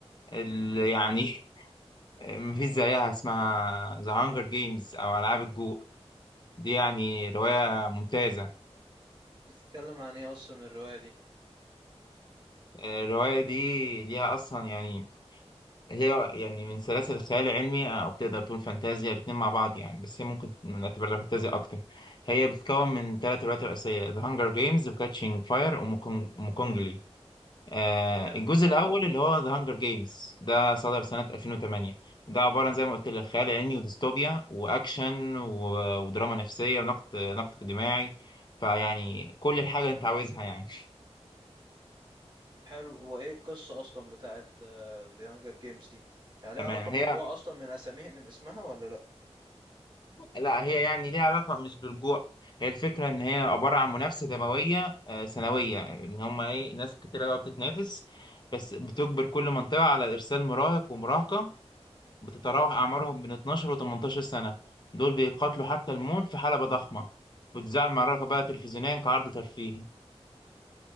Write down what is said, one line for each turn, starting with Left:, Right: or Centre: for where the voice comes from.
Left: اللي يعني <laughs> مفيش زيها اسمها ذا هانجر جيمز أو ألعاب الجوع دي يعني رواية ممتازة
Right: بتتكلم عن ايه اصلا الرواية دي
Left: آه، الرواية دي ليها أصلا يعني هي يعني من سلاسل الخيال العلمي آه، أو تقدر تقول فانتازيا الاتنين مع بعض يعني بس هي ممكن نعتبرها فانتازيا أكتر هي بتتكون من ثلاث روايات رئيسية ذا هانجر جيمز وكاتشينج فاير وموكونجلي آه،
Right: حلو
Left: الجزء الأول اللي هو ذا هانجر جيمز ده صدر سنة 2008 ده عبارة عن زي ما قلت لك خيال علمي وديستوبيا وأكشن و- ودراما نفسية ونقد نقد اجتماعي فيعني كل الحاجة اللي أنت عاوزها يعني <laughs>
Right: حلو وايه القصة اصلا بتاعت آه، The Hunger Games دي يعني ليها
Left: تمام
Right: علاقة بالجوع
Left: هي
Right: اصلا من اساميها من اسمها ولا لا
Left: لا هي يعني ليها علاقة مش بالجوع هي الفكرة إن هي عبارة عن منافسة دموية آه، سنوية إن هما إيه ناس كتيرة بقى بتتنافس بس بتجبر كل منطقة على إرسال مراهق ومراهقة بتتراوح أعمارهم من 12 و 18 سنة دول بيقاتلوا حتى الموت في حلبة ضخمة بتذاع المعركة بقى تلفزيونيا كعرض ترفيهي